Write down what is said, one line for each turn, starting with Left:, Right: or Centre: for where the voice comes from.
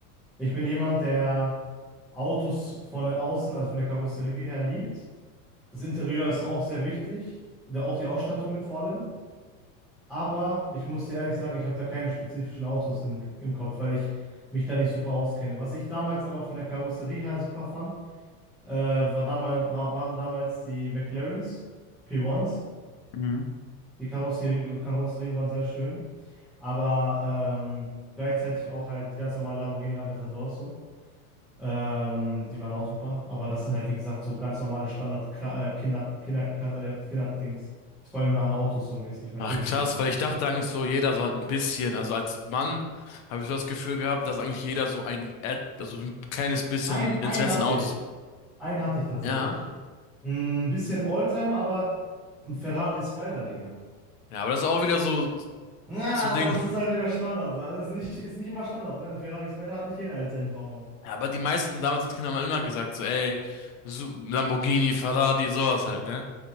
Centre: Ich bin jemand, der Autos von außen, also von der Karosserie her liebt. Das Interieur ist auch sehr wichtig, der- auch die Ausstattungen vor allem. Aber ich muss dir ehrlich sagen, ich habe da keine spezifischen Autos im, im Kopf, weil ich mich da nicht super auskenne. Was ich damals aber von der Karosserie her super fand, äh, war damals, war, waren damals die McLarens P1s.
Left: Mhm.
Centre: Die Karosserie, Karosserien waren sehr schön, aber ähm, gleichzeitig auch halt ganz normale Lamborghini Aventadors so. Ähm, die waren auch super, aber das sind halt wie gesagt so ganz normale Standard Kla- äh, Kinder, Kinder, Kla- äh, Kinderdings, Träume an Autos so mäßig. Verstehst
Left: Ach krass,
Centre: du, was ich meine?
Left: weil ich dachte eigentlich so, jeder so halt ein bisschen. Also als Mann habe ich so das Gefühl gehabt, dass eigentlich jeder so ein, Ad- also so ein kleines bisschen
Centre: Ein,
Left: Interesse
Centre: ein hatte
Left: in Autos.
Centre: ich. Einen hatte ich tatsächlich.
Left: Ja.
Centre: Ein bisschen Oldtimer, aber ein Ferrari Spider, Digga.
Left: Ja, aber das ist auch wieder so,
Centre: Ja,
Left: so Ding.
Centre: aber das ist halt wieder Standard. Also das ist nicht, ist nicht immer Standard, ne? Ein Ferrari Spider hat nicht jeder als seinen Traumauto.
Left: Ja, aber die meisten damals als Kinder haben immer gesagt, so, ey, Su- Lamborghini, Ferrari, sowas halt, ne?